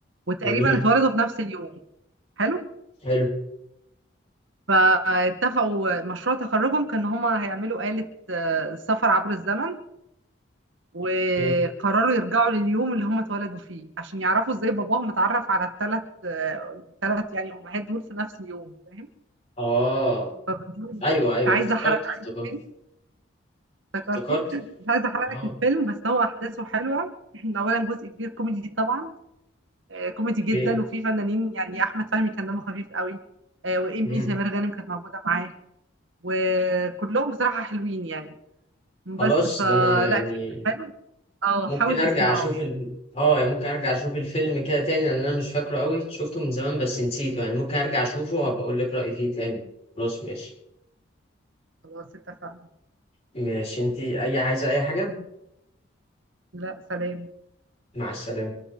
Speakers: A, on the right; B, on the left.
A: وتقريبا
B: جميل
A: اتولدوا في نفس اليوم حلو
B: حلو
A: فاتفقوا مشروع تخرجهم كان هما هيعملوا آلة آه، سفر عبر الزمن وقرروا
B: اوكي
A: يرجعوا لليوم اللي هم اتولدوا فيه عشان يعرفوا ازاي باباهم اتعرف على الثلاث الثلاث يعني امهات دول في نفس اليوم فاهم
B: اه
A: فبتقول مش
B: ايوه ايوه
A: عايزه
B: افتكرت
A: احرق
B: افتكرت
A: لك الفيلم افتكرته
B: افتكرت
A: مش عايزه احرق
B: اه
A: لك الفيلم بس هو احداثه حلوه <laughs> اولا جزء كبير كوميدي طبعا آه، كوميدي جدا
B: اوكي
A: وفي فنانين يعني احمد فهمي كان دمه خفيف قوي آه، وايمي
B: امم
A: سمير غانم كانت موجوده معاه وكلهم بصراحه حلوين يعني بس
B: خلاص
A: فلا
B: ده انا يعني
A: الفيلم حلو اه
B: ممكن
A: حاول
B: ارجع
A: تسمعه
B: اشوف
A: يعني
B: ال... اه يعني ممكن ارجع اشوف الفيلم كده تاني لان انا مش فاكره قوي شفته من زمان بس نسيته يعني ممكن ارجع اشوفه وابقى اقول لك رايي فيه تاني خلاص ماشي
A: خلاص اتفقنا
B: ماشي انتي اي عايزه اي حاجه
A: لا سلام
B: مع السلامه